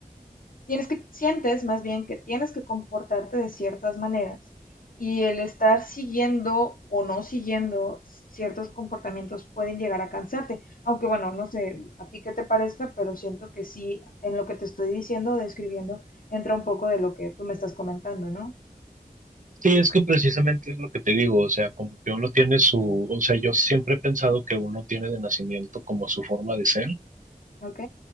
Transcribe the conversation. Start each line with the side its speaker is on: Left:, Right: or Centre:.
Left: tienes que, sientes más bien que tienes que comportarte de ciertas maneras y el estar siguiendo o no siguiendo ciertos comportamientos pueden llegar a cansarte. Aunque bueno, no sé a ti qué te parezca, pero siento que sí, en lo que te estoy diciendo, describiendo, entra un poco de lo que tú me estás comentando, ¿no?
Right: Sí, es que precisamente es lo que te digo, o sea, como que uno tiene su, o sea, yo siempre he pensado que uno tiene de nacimiento como su forma de ser,
Left: ¿Ok?